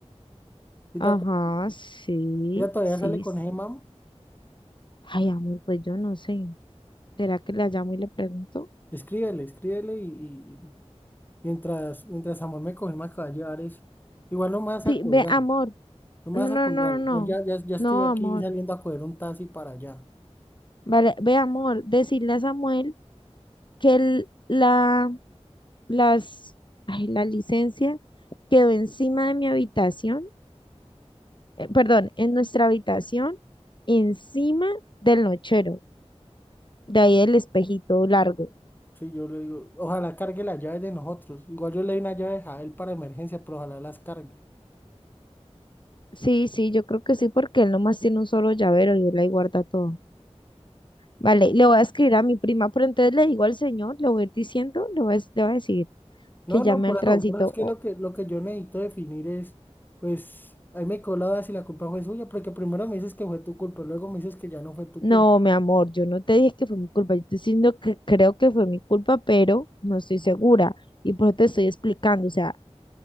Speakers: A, on the left (about 15°); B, on the left (about 45°).
A: ¿Y te
B: Ajá,
A: acuerdas?
B: sí,
A: Ella todavía
B: sí,
A: sale con
B: sí.
A: ese man.
B: Ay, amor, pues yo no sé. ¿Será que le llamo y le pregunto?
A: Escríbele, escríbele y, y- y mientras, mientras Samuel me coge más que va a llevar eso. Igual no me vas
B: Sí,
A: a colgar,
B: ve, amor.
A: no me
B: No,
A: vas
B: no,
A: a colgar.
B: no,
A: Igual
B: no, no.
A: ya, ya, ya estoy
B: No,
A: aquí
B: amor.
A: saliendo a coger un taxi para allá.
B: Vale, ve, amor, decirle a Samuel que el- la, las, ay, la licencia quedó encima de mi habitación, eh, perdón, en nuestra habitación, encima del nochero, de ahí el espejito largo.
A: Sí, yo le digo, ojalá cargue las llaves de nosotros. Igual yo le doy una llave a él para emergencia, pero ojalá las cargue.
B: Sí, sí, yo creo que sí, porque él nomás tiene un solo llavero y él ahí guarda todo. Vale, le voy a escribir a mi prima, pero entonces le digo al señor, le voy a ir diciendo, le voy a, le voy a decir
A: No,
B: que
A: no,
B: llame
A: por
B: al
A: eso,
B: tránsito.
A: por eso es que
B: O,
A: lo que lo que yo necesito definir es, pues, ahí me quedó la duda si la culpa fue suya, porque primero me dices que fue tu culpa, luego me dices que ya no fue tu
B: no,
A: culpa.
B: mi amor, yo no te dije que fue mi culpa, yo te estoy diciendo que creo que fue mi culpa, pero no estoy segura y por eso te estoy explicando. O sea,